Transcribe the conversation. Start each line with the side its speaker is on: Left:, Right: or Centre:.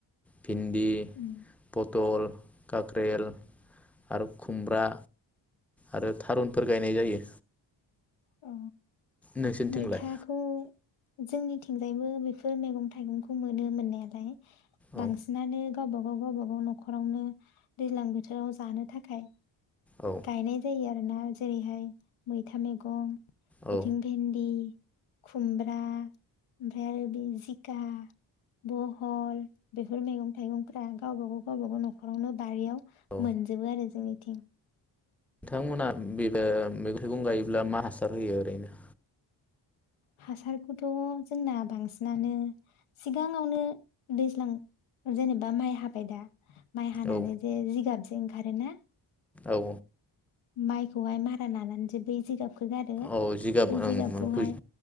Centre: भिनदी
Left: उम
Centre: फथ दल काख्रेल आरो खुमब्रा आरो थारुनफोर गायनाय जायो।
Left: औ
Centre: नोंसोरनिथिंलाय
Left: मैथाखौ जोंनिथिंजायबो बेफोर मैगं थाइगंखौ मोनो मोननायालाय।
Centre: औ
Left: बांसिनानो गावबा गाव गावबाागाव न'खरावनो दैज्लां बोथोराव जानो थाखाय।
Centre: औ
Left: गायनाय जायो आरोना जेरैहाय मैथा मैगं बिथिं
Centre: औ
Left: भेन्दि खुमब्रा ओमफ्राय आरो बे जिखा बहल बेफोर मैगं थाइगंफ्रा गावबाागाव गावबाागाव न'खरावनो बारियाव
Centre: औ
Left: मोनजोब आरो जोंनि थिं
Centre: नोंथांमोनहा बे मैगाइगं गायोब्ला मा हासार होयो ओरैनो।
Left: हासारखौथ' जोंना बांसिनानो सिगाङावनो दैज्लां जेनेबा माइ हाबाय दा माइ हानानै
Centre: औ
Left: जे जिगाब ओंखारोना।
Centre: औ।
Left: माइखौहाय मारा लानानैसो बै जायगा खौ गारो
Centre: औ जिगाब
Left: बे
Centre: ओं
Left: जिगाबखौहाय
Centre: बुजि